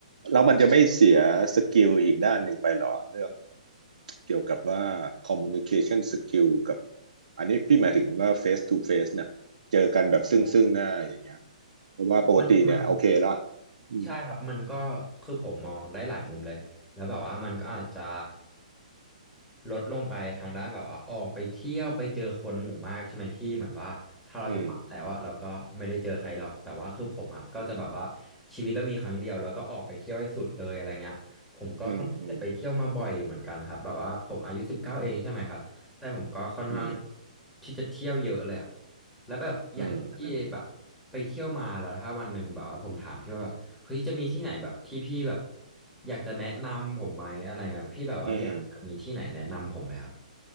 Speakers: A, on the right; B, in the centre.
A: แล้วมันจะไม่เสียสกิลอีกด้านหนึ่งไปหรอเรื่องเกี่ยวกับว่า communication skill กับอันนี้พี่หมายถึงว่า face to face นะเจอกันแบบซึ่งซึ่งหน้าอย่างเงี้ยเพราะว่าปกติเนี่ยโอเคละ
B: มันมัน
A: อืม
B: ใช่ครับมันก็คือผมมองได้หลายมุมเลยแล้วแบบว่ามันก็อาจจะลดลงไปทางด้านแบบว่าออกไปเที่ยวไปเจอคนหมู่มากใช่ไหมพี่เหมือนว่าถ้าเราอยู่บ้านแล้วอะเราก็ไม่ได้เจอใครหรอกแต่ว่าคือผมอะก็จะแบบว่า
A: อืม
B: ชีวิตเรามีครั้งเดียวแล้วก็ออกไปเที่ยวให้สุดเลยอะไรเงี้ยผมก็ค่อนข้างจะไปเที่ยวมาบ่อยเหมือนกันครับแบบว่าผมอายุสิบเก้าเองใช่ไหมครับแต่ผมก็ค่อนข้าง
A: อืมอืม อืม
B: ที่จะเที่ยวเยอะเลยอะแล้วแบบอย่างที่พี่แบบไปเที่ยวมาแล้วถ้าวันหนึ่งแบบว่าผมถามพี่ว่าแบบ
A: อืมแต่แบบ
B: เฮ้ยจะมีที่ไหนแบบที่พี่แบบอยากจะแนะนำผมไหมอะไรอ่ะพี่แบบว่าอยากจะมีที่ไหนแนะนำผมไหมครับ
A: อืม